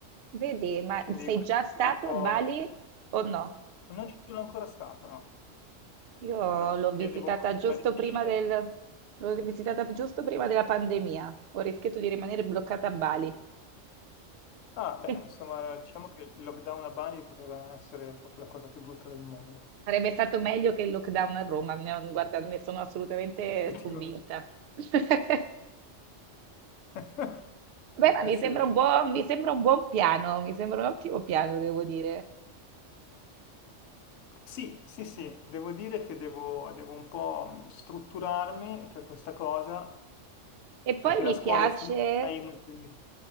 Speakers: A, on the right; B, on the left.
A: Vedi, ma
B: Quindi
A: sei
B: queste
A: già stato
B: sono un po'...
A: a Bali o no?
B: Non ci sono ancora stato, no?
A: Io
B: No,
A: l'ho
B: perché
A: visitata
B: devo...
A: giusto
B: Ma è difficile...
A: prima del, l'ho visitata giusto prima della pandemia. Ho rischiato di rimanere bloccata a Bali.
B: Ah, beh,
A: <laughs>
B: insomma, diciamo che il lockdown a Bali poteva non essere proprio la cosa più brutta del mondo,
A: Sarebbe stato meglio che il lockdown a Roma, ne- guarda, ne sono assolutamente
B: <laughs> effettivamente.
A: convinta. <laughs>
B: <laughs>
A: Beh, ma mi
B: Eh sì.
A: sembra un buon, mi sembra un buon piano, mi sembra un ottimo piano, devo dire.
B: Sì, sì, sì, devo dire che devo, devo un po' mh, strutturarmi per questa cosa,
A: E poi
B: perché
A: mi
B: la scuola
A: piace
B: è full time. quindi-